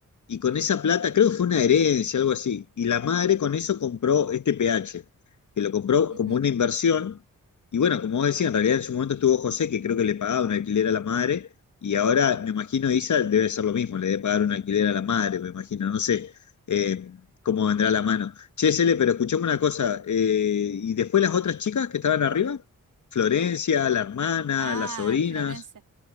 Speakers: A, on the left; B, on the right.
A: y con esa plata, creo que fue una herencia, algo así, y la madre con eso compró este PH, que lo compró
B: ujú.
A: como una inversión, y bueno, como vos decías, en realidad en su momento estuvo José, que creo que le pagaba un alquiler a la madre, y ahora me imagino Isa debe ser lo mismo, le debe pagar un alquiler a la madre, me imagino, no sé eh, cómo vendrá la mano. Che, Cele, pero escuchame una cosa, eh, ¿y después las otras chicas que estaban arriba? Florencia, la hermana,
B: Ah,
A: las sobrinas.
B: Florence.